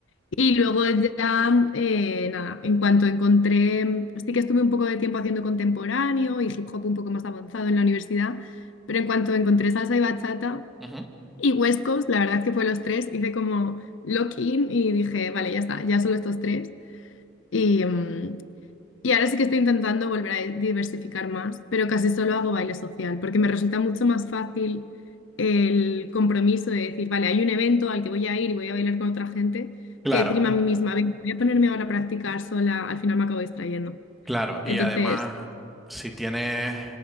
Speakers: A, on the left (about 70°); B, in the centre.
A: Y luego ya, eh, nada, en cuanto encontré, sí que estuve un poco de tiempo haciendo contemporáneo y hip hop un poco más avanzado en la universidad, pero en cuanto encontré salsa y bachata
B: ujú.
A: y West Coast, la verdad es que fue los tres, hice como lock in y dije, vale, ya está, ya solo estos tres. Y, mm, y ahora sí que estoy intentando volver a diversificar más, pero casi solo hago baile social, porque me resulta mucho más fácil el compromiso de decir, vale, hay un evento al que voy a ir y voy a bailar con otra gente,
B: Claro,
A: que decirme a mí misma, "Venga, voy a ponerme ahora a practicar sola, al final me acabo distrayendo.
B: claro.
A: Entonces,
B: Y además, si tienes,